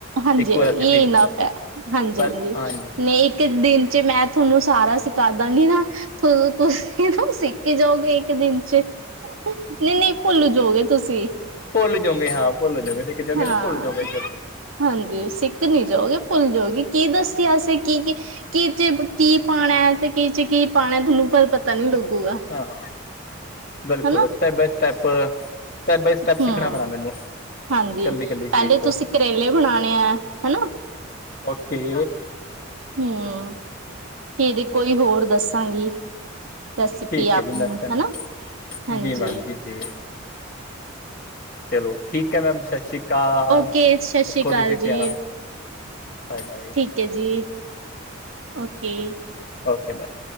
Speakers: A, on the right; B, on the left.
A: ਹਾਂਜੀ
B: ਇੱਕੋ
A: ਯੇ
B: ਰੈਸਿਪੀ
A: ਇਨਾਫ਼ ਐ ਹਾਂਜੀ-ਹਾਂਜੀ
B: ਪਹਿਲ ਹਾਂਜੀ
A: ਨੇ ਇੱਕ ਦਿਨ 'ਚ ਮੈਂ ਤੁਹਾਨੂੰ ਸਾਰਾ ਸਿਖਾ ਦਾਂਗੀ ਨਾ ਤੁਸੀ ਨਾ ਸਿਖ ਕੇ ਜਾਓਗੇ ਇੱਕ ਦਿਨ 'ਚ ਨਈ-ਨਈ ਭੁੱਲ ਜਾਓਗੇ ਤੁਸੀਂ।
B: ਭੁੱਲ ਜਾਓਗੇ, ਹਾਂ ਭੁੱਲ ਜਾਓਗੇ ਤੁਸੀ ਕਿਦਾ ਕਹਿੰਦੇ
A: ਹਾਂ।
B: ਭੁੱਲ ਜਾਓਗੇ ਫੇਰ ਤੁਸੀਂ
A: ਹਾਂਜੀ ਸਿੱਖ ਨੀ ਜਾਓਗੇ, ਭੁੱਲ ਜਾਓਗੇ, ਕੀ ਦਸਿਆ ਸੀ ਅਸੀਂ ਕੀ-ਕੀ ਕੀ 'ਚ ਕੀ ਪਾਣਾ ਤੇ ਕੀਚ 'ਚ ਕੀ ਪਾਣਾ, ਤੁਹਾਨੂੰ ਪਰ ਪਤਾ ਨੀ ਲੱਗੂਗਾ।
B: ਹਾਂ ਹਾਂ ਬਿਲਕੁਲ,
A: ਹਨਾ
B: step by step step by step ਸਿੱਖਣਾ
A: ਹੂੰ
B: ਪੈਣਾ ਮੈਨੂੰ
A: ਹਾਂਜੀ
B: ਕੱਲੀ ਕੱਲੀ ਚੀਜ਼
A: ਪਹਿਲੇ
B: ਤੋਂ
A: ਤੁਸੀਂ ਕਰੇਲੇ ਬਣਾਣੇ ਐ ਹਨਾ।
B: ਓਕੇ!
A: ਹੂੰ ਫਿਰ ਕੋਈ ਹੋਰ ਦੱਸਾਂਗੀ। ਰੈਸਪੀ
B: ਠੀਕ
A: ਆਪ
B: ਹੈ ਜੀ
A: ਨੂੰ
B: ਨੈਕਸਟ ਟਾਈਮ
A: ਹਨਾ, ਹਾਂਜੀ।
B: ਜੀ ਮੈਡਮ ਜੀ ਜੀ। ਚਲੋ ਠੀਕ ਆ ਮੈਮ ਸਤਿ ਸ਼੍ਰੀ ਅਕਾਲ,
A: ਓਕੇ ਸਤਿ ਸ੍ਰੀ
B: ਰੱਖੋ
A: ਅਕਾਲ
B: ਤੁਸੀਂ ਧਿਆਨ।
A: ਜੀ
B: Bye, bye.
A: ਠੀਕ ਆ ਜੀ, ਓਕੇ।
B: Okay bye.